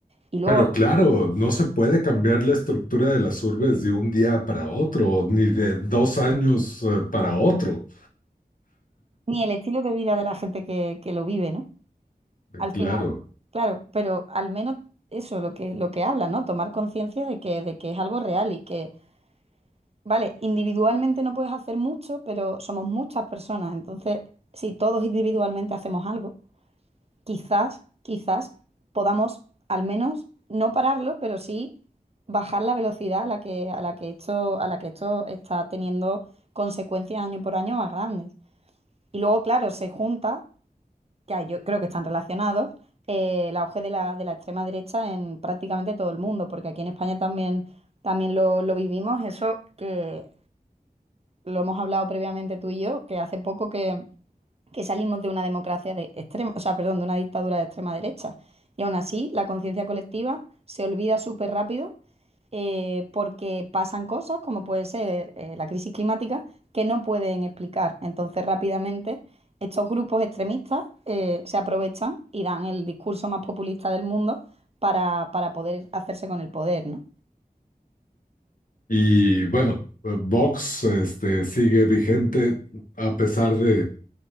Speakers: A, on the right; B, on the left.
A: Y luego,
B: Pero claro, no se puede cambiar la estructura de las urbes de un día para otro, ni de dos años eh, para otro.
A: ni el estilo de vida de la gente que, que lo vive, ¿no? Al
B: Claro.
A: final, claro, pero al menos eso, lo que, lo que habla, ¿no? Tomar conciencia de que, de que es algo real y que, vale, individualmente no puedes hacer mucho, pero somos muchas personas, entonces, si todos individualmente hacemos algo. quizás, quizás podamos al menos no pararlo, pero sí bajar la velocidad a la que, a la que esto, a la que esto está teniendo consecuencias año por año más grandes. Y luego, claro, se junta, que yo creo que están relacionados, eh, el auge de la, de la extrema derecha en prácticamente todo el mundo, porque aquí en España también, también lo, lo vivimos, eso que lo hemos hablado previamente tú y yo, que hace poco que, que salimos de una democracia de extrema, o sea, perdón, de una dictadura de extrema derecha. Y aún así, la conciencia colectiva se olvida súper rápido eh, porque pasan cosas, como puede ser eh, la crisis climática, que no pueden explicar. Entonces, rápidamente, estos grupos extremistas eh, se aprovechan y dan el discurso más populista del mundo para, para poder hacerse con el poder, ¿no?
B: Y bueno, eh, Vox este, sigue vigente a pesar de